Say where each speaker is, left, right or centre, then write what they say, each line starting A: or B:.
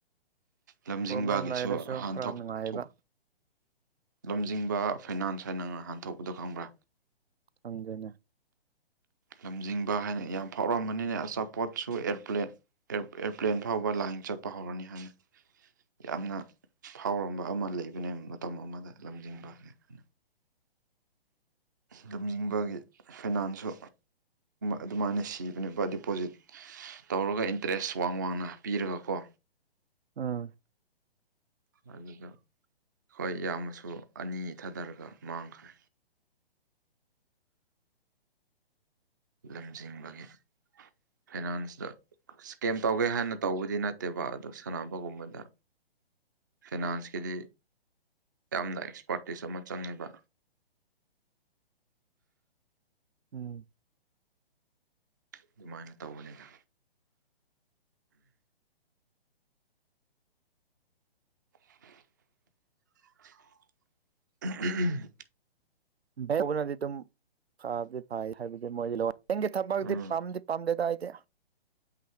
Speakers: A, on the right; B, on the right.
A: ꯂꯝꯖꯤꯡꯕꯒꯤꯁꯨ
B: ꯄ꯭ꯔꯣꯕ꯭ꯂꯦꯝ ꯂꯩꯔꯁꯨ
A: ꯍꯥꯟ
B: ꯈꯔ
A: ꯊꯣꯛ
B: ꯅꯨꯡꯉꯥꯏꯕ
A: ꯊꯣꯛ ꯂꯝꯖꯤꯡꯕ ꯐꯩꯅꯥꯟꯁ ꯍꯥꯏꯅ ꯉꯍꯥꯟ ꯊꯣꯛꯄꯗꯣ ꯈꯪꯕ꯭ꯔꯥ
B: ꯈꯪꯗꯦꯅꯦ
A: ꯂꯝꯖꯤꯡꯕ ꯍꯥꯏꯅ ꯌꯥꯝ ꯐꯥꯎꯔꯛꯑꯝꯕꯅꯤꯅ ꯑꯆꯥꯄꯣꯠꯁꯨ ꯑꯦꯔꯄ꯭ꯂꯦꯟ ꯑꯦꯔꯣꯄ꯭ꯂꯦꯟ ꯐꯥꯎꯕ ꯂꯥꯏꯟ ꯆꯠꯄ ꯍꯧꯔꯅꯤ ꯍꯥꯏꯅ ꯌꯥꯝꯅ ꯐꯥꯎꯔꯝꯕ ꯑꯃ ꯂꯩꯕꯅꯦ ꯃꯇꯝ ꯑꯃꯗ ꯂꯝꯖꯤꯡꯕ ꯍꯥꯏꯅ
B: <inaudible>
A: ꯂꯝꯖꯤꯡꯕꯒꯤ ꯐꯥꯏꯅꯥꯟꯁꯨ ꯑꯗꯨꯃꯥꯏꯅ ꯁꯤꯕꯅꯦꯕ ꯗꯤꯄꯣꯖꯤꯠ ꯇꯧꯔꯒ ꯏꯟꯇꯔꯦꯁ ꯋꯥꯡ ꯋꯥꯡꯅ ꯄꯤꯔꯒꯀꯣ
B: ꯑꯥ
A: ꯍꯥꯏ ꯀ ꯍꯈꯣꯏ ꯌꯥꯝꯅꯁꯨ ꯑꯅꯤ ꯊꯥꯗꯔꯒ ꯃꯥꯡꯈ꯭ꯔꯦ ꯂꯝꯖꯤꯡꯕꯒꯤ ꯐꯥꯏꯅꯥꯟꯁꯇ ꯏꯁꯀꯦꯝ ꯇꯧꯒꯦ ꯍꯥꯟꯅ ꯇꯧꯕꯗꯤ ꯅꯠꯇꯦ ꯇꯦꯕꯥꯥꯛ ꯑꯗꯨ ꯁꯥꯟꯅꯕꯒꯨꯝꯕꯗ ꯐꯤꯅꯥꯟꯁꯀꯤꯗꯤ ꯌꯥꯝꯅ ꯑꯦꯛꯁꯄꯥꯔꯇꯤꯁ ꯑꯃ ꯆꯪꯉꯦꯕ
B: ꯎꯝ
A: ꯑꯗꯨꯃꯥꯏꯅ ꯇꯧꯕꯅꯤꯗ <unintelligible>
B: ꯕꯦꯡꯅꯗꯤ ꯑꯗꯨꯝ ꯐꯕꯗꯤ ꯐꯩ ꯍꯥꯏꯕꯗꯤ ꯃꯣꯏꯗꯤꯕꯦꯡꯒꯤ ꯊꯕꯛꯇ
A: ꯎꯝ
B: ꯄꯝꯗꯤ ꯄꯝꯗꯦꯗ ꯑꯩꯗꯤ